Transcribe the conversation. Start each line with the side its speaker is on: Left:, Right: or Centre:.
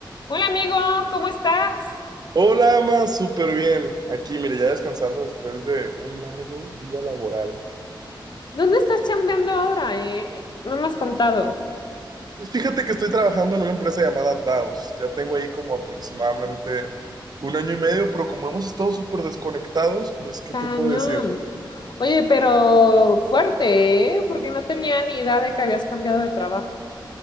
Left: Hola amigo, ¿cómo estás?
Right: Hola, Ama, súper bien. Aquí, mire, ya descansando después de un largo día laboral.
Left: ¿Dónde estás chambeando ahora? eh? No me has contado.
Right: Pues fíjate que estoy trabajando en una empresa llamada Daus. Ya tengo ahí como aproximadamente un año y medio, pero como hemos estado súper desconectados, pues, ¿qué
Left: Cañón.
Right: te puedo decir?
Left: Oye, pero fuerte, ¿eh? Porque no tenía ni idea de que habías cambiado de trabajo.